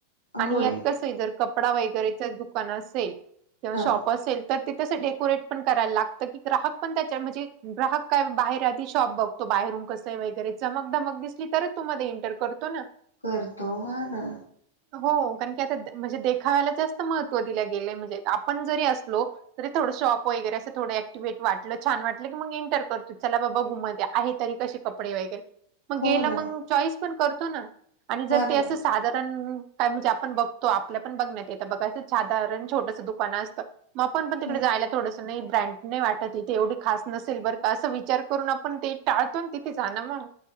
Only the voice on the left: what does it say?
होय
हा
करतो म्ह ना.
हो
ना
हा
ना
हा